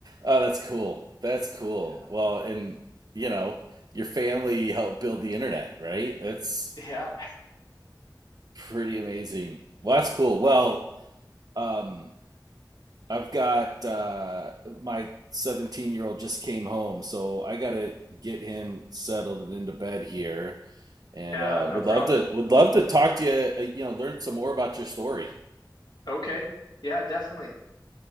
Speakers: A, on the right; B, on the left.
A: Oh, that's cool. That's cool.
B: Yeah.
A: Well, and you know, your family helped build the internet, right? That's
B: Yeah.
A: pretty amazing. Well, that's cool.
B: <laughs>
A: Well,
B: hmm
A: um, I've got uh, my 17 year old just came home, so I gotta get him settled and into bed here. And
B: Yeah,
A: uh,
B: no
A: would
B: problem.
A: love to would love to talk to you. uh, You know, learn some more about your story.
B: Okay. Yeah, definitely.